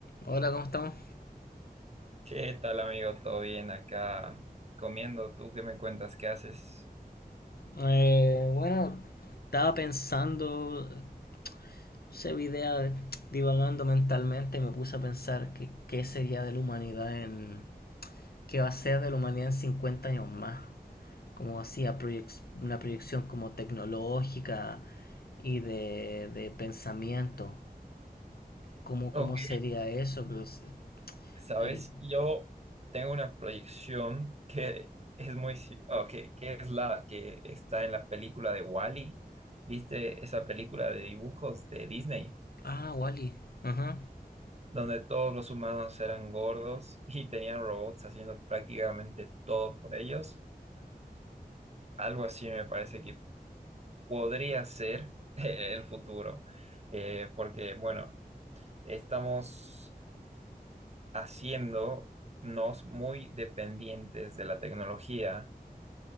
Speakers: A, on the left (about 75°); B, on the right (about 45°).
A: Hola, ¿cómo estamos?
B: ¿Qué tal, amigo? ¿Todo bien acá comiendo? ¿Tú qué me cuentas? ¿Qué haces?
A: Eh, bueno, estaba pensando, se idea de- divagando mentalmente, y me puse a pensar que qué sería de la humanidad en... qué va a ser de la humanidad en 50 años más. Como hacía proyec- una proyección como tecnológica y de, de pensamiento. ¿Cómo, cómo
B: Ok,
A: sería eso? Pues,
B: sabes,
A: Y...
B: yo tengo una proyección que es muy... si- Ok, que es la que está en la película de Wall-E. ¿Viste esa película de dibujos de Disney?
A: Ah, Wally. Ajá.
B: Donde todos los humanos eran gordos y tenían robots haciendo prácticamente todo por ellos. Algo así me parece que podría ser <laughs> el futuro. Eh, porque, bueno... Estamos haciéndonos muy dependientes de la tecnología.